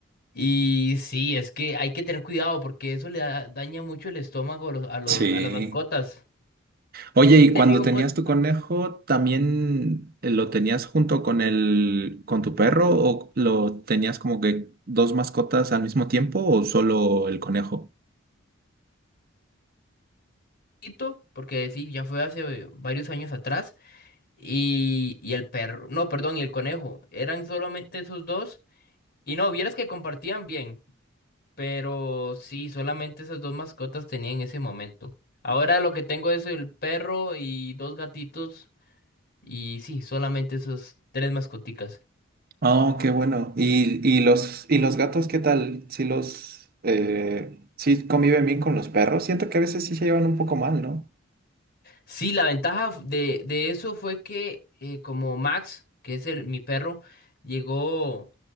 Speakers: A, on the left (about 50°); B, on the right (about 45°).
A: Y sí, es que hay que tener cuidado porque eso le da- daña mucho el estómago a los, a los,
B: Sí.
A: a las mascotas.
B: Oye, y cuando
A: Tenía
B: tenías
A: un co-
B: tu conejo, ¿también lo tenías junto con el, con tu perro o lo tenías como que dos mascotas al mismo tiempo o solo el conejo?
A: ajito, porque sí, ya fue hace varios años atrás. y, y el perro, no, perdón, y el conejo. Eran solamente esos dos. Y no, vieras que compartían bien, pero sí, solamente esas dos mascotas tenía en ese momento. Ahora lo que tengo es el perro y dos gatitos. Y sí, solamente esas tres mascoticas.
B: Oh, qué bueno. ¿Y, y los, y los gatos qué tal? Si los, eh, sí conviven bien con los perros. Siento que a veces sí se llevan un poco mal, ¿no?
A: Sí, la ventaja f- de, de eso fue que eh, como Max, que es el, mi perro, llegó.